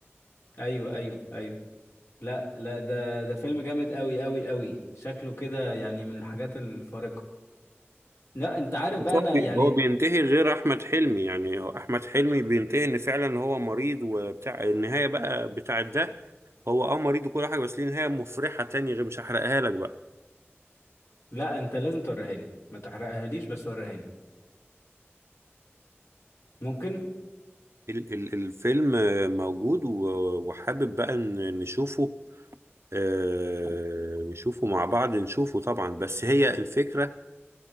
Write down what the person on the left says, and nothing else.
ايوه ايوه ايوه لا لا ده ده فيلم جامد قوي قوي قوي شكله كده يعني من الحاجات الفارقه لا انت عارف
بقى
انا
يعني
لا انت لازم توريهاني ما تحرقهاليش بس وريهاني ممكن